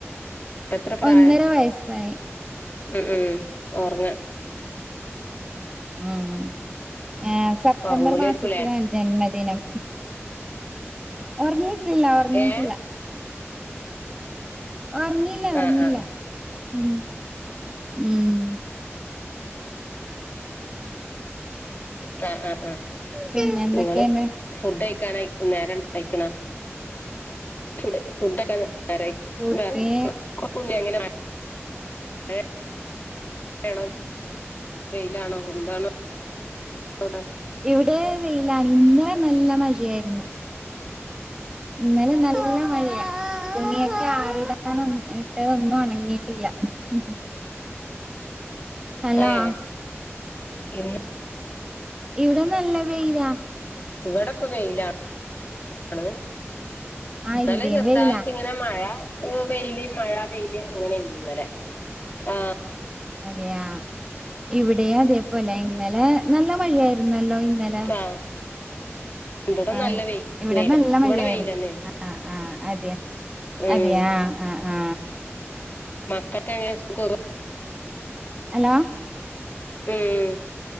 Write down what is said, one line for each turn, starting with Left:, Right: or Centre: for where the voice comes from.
Left: ഇപ്പൊ എത്രെ പ്രായം?
Right: ഒന്നര വയസ്സായി
Left: ഉം ഉം ഉറങ്ങാ
Right: ഉം ആ സെപ്റ്റംബർ
Left: ഉറങ്ങൂലായിരിക്കൂലേ
Right: മാസത്തിനാണ് ജന്മദിനം. ഉറങ്ങിട്ടില്ല ഉറങ്ങിയിട്ടില്ല
Left: ഏ
Right: ഉറങ്ങില്ലാ ഉറങ്ങിലാ
Left: ആഹ് ആഹ്
Right: മ്മ് മ്
Left: ആഹ് അഹ് ആ
Right: പിന്നെ എന്തൊക്കെയുണ്ട്
Left: ഇങ്ങള് ഫുഡ് കഴിക്കാനായി നേര ഉണ്ടായിക്ണോ ഫുഡ് ഫുഡൊക്കെ നേരയി
Right: കുട്ടി
Left: കൊയപ്പൊന്ന് എങ്ങനെ ന മഴ മഴയാണോവെയിലാണോ എന്താണ് തുട <unintelligible>
Right: ഇവിടെ വെയിലാണ് ഇന്നലെ നല്ല മഴയായിരുന്നു. ഇന്നലെ നല്ല മഴയാണ് തുണിയൊക്കെ ആറിടാൻ ഇട്ടത് ഒന്നും ഉണങ്ങി ട്ടില്ല മം ഹലോ
Left: ഏ ഇന്ന്
Right: ഇവിടെ നല്ല വെയില
Left: ഇവിടെ ഇപ്പോ വെയിലാണ്
Right: ആ
Left: ഇന്നലെ
Right: ഇവിടെയും
Left: ചെറുതായിട്ട്
Right: വെയിലാ
Left: ഇങ്ങനെ മഴ വെയില് മഴ വെയില് അങ്ങനെയിരുന്നു ഇന്നല്ലേ ആ
Right: അതെയ ഇവിടെയും അതെ പോലെ ഇന്നലെ നല്ല മഴയായിരുന്നല്ലോ ഇന്നലെ
Left: ആഹ് ഇവിടെ
Right: ആ
Left: നല്ല വെയില്
Right: ഇവിടെ
Left: വെയില
Right: നല്ല മഴയായിരുന്നു
Left: ഇവിടെ വെയില തന്നെയാണ്
Right: ആ ആ അതെയ
Left: ഉം
Right: അതെയ ആ ആ ആ
Left: ആക്ക <inaudible>
Right: ഹലോ
Left: ഏയ്